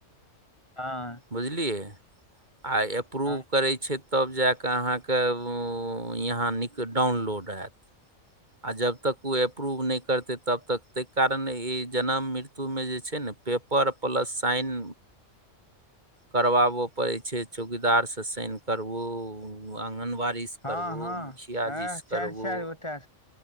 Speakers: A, on the left; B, on the right.
A: हँ।
B: बुझलियै आय अप्रूव
A: हँ
B: करै छै। तब जाकऽ अहाँके वो यहाँ नीक डाउनलोड हेएत। आ जब तक ओ अप्रूव नै करतै तब तक तैय कारण ई जन्म मृत्युमे जे छै ने। पेपर प्लस साइन करबाबो। पड़ै छै चौकीदार से साइन करबो आङगनबाड़ी। रीस
A: हँ
B: करबू
A: हँ
B: मुखिया
A: एह
B: जी से
A: चारि
B: करबू।
A: चारि गोटा